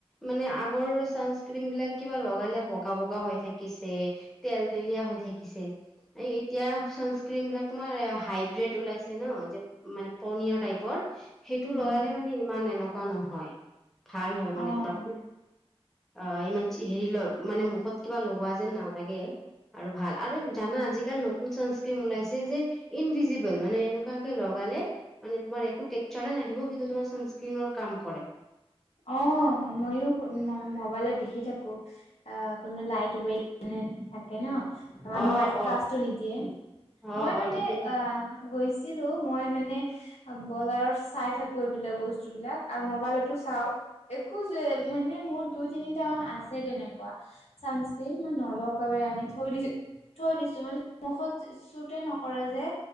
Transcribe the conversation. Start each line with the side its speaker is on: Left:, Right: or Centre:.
Centre: মানে আগৰ ছানস্ক্ৰীম বিলাক কিবা লগালে বগা বগা হৈ থাকিছে। তেল তেলীয়া হৈ থাকিছে এই, এতিয়া চানস্ক্ৰিন বিলাক তোমাৰ হাইগ্ৰেড ওলাইছে ন যে মানে পনিয়ৰ টাইপৰ সেইটো
Left: উম
Centre: লগালে মানে ইমান এনকা নহয় ভাল হয় মানে
Left: অ
Centre: তোমাৰ খুব অ, ইমান হেৰি ল মানে মুখত কিবা লগোৱা যেন নালাগে আৰু ভাল আৰু জানা আজিকাল নতুন চানস্ক্ৰীম ওলাইছে যে ইনভিজিবল মানে এনেকুৱাকে লগ লগালে মানে তোমাৰ একো টেক্সাৰে নাহিব, কিন্তু তোমাৰ চানস্ক্ৰিনৰ কাম কৰে।
Left: অঁ, মইয়ো মই মোবাইলত দেখি থাকো, আঁ মানে লাইট ৱেইট মানে থাকে ন, মানু্হ
Centre: অ
Left: হোৱাইট
Centre: অ
Left: কাষ্টটো নিদিয়ে। আঁ মই
Centre: অ অ
Left: মানে
Centre: ঠিকেই কৈছে
Left: গৈছিলোঁ, মই মানে বজাৰত চাই থাকো এইবিলাক বস্তু বিলাক, আৰু মোবাইলতো চাওঁ। একো যে মানে মোৰ দুই তিনিটা মান আছে তেনেকুৱা, চানস্ক্ৰিন মই নলগাওঁ আনি থৈ দিছো। থৈ দিছো মানে মুখত চুতে নকৰে যে।